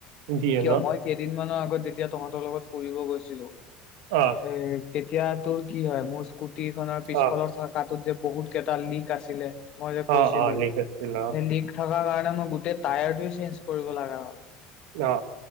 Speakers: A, on the right; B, on the left.
A: যিয়ে
B: কিয়
A: ন
B: মই কেইদিনমানানৰ আগত লগত যেতিয়া তহঁতৰ লগত ফুৰিব গৈছিলো। এ
A: অ
B: তেতিয়া তোৰ কি হয় মোৰ স্কুটি খনৰ পিছফালৰ
A: অ
B: চকাটোত যে বহুত কেইটা লিক আছিলে। মই যে কৈছিলো
A: অ অ লিক আছিল অ
B: লিগ থকা কাৰণ। মই গোটেই টায়াৰটয়ে চেঞ্জ কৰিব লগা হ'ল।
A: অ